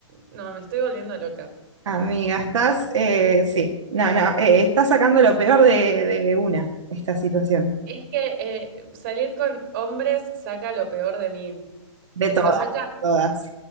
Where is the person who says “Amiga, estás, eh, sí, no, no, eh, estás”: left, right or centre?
Right